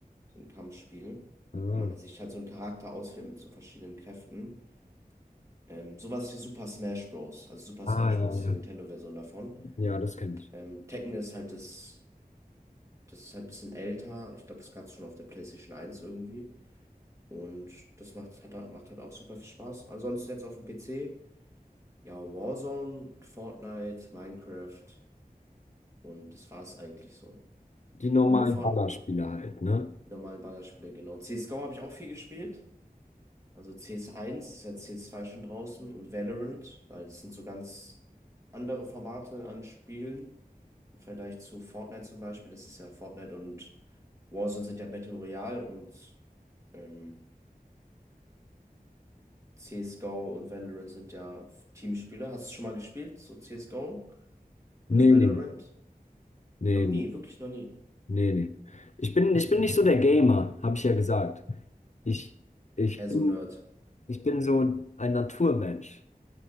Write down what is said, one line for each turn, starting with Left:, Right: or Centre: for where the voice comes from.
Right: so ein Kampfspiel,
Left: Ah,
Right: wo man sich halt so einen Charakter auswählt mit so verschiedenen Kräften. Ähm, sowas wie Super Smash Bros. Also Super
Left: ah
Right: Smash
Left: ja,
Right: Bros. ist
Left: ja.
Right: die Nintendo-Version davon.
Left: Ja, das kenne ich.
Right: Ähm, Tekken ist halt das, das ist halt ein bisschen älter. Ich glaube, das gab es schon auf der PlayStation eins irgendwie. Und das macht, hat, halt- macht halt auch super viel Spaß. Ansonsten jetzt auf dem PC, ja, Warzone, Fortnite, Minecraft und das war's eigentlich so.
Left: Die normalen
Right: Wo mir Fort
Left: Ballerspiele halt, ne?
Right: Die normalen Ballerspiele, genau. CSGO habe ich auch viel gespielt. Also cs eins ist ja cs zwei schon draußen und Valorant, weil das sind so ganz andere Formate an Spielen. Im Vergleich zu Fortnite zum Beispiel. Das ist ja Fortnite und Warzone sind ja Battle Royale und ähm, CSGO und Valorant sind ja Teamspiele. Hast du schon mal gespielt, so CSGO oder
Left: Nee,
Right: Valorant?
Left: nee, nee.
Right: Noch nie,
Left: nee.
Right: wirklich noch nie.
Left: Nee, nee. Ich bin, ich bin nicht so der Gamer, habe ich ja gesagt. Ich, ich
Right: Eher
Left: bin,
Right: so Nerd.
Left: ich bin so ein Naturmensch.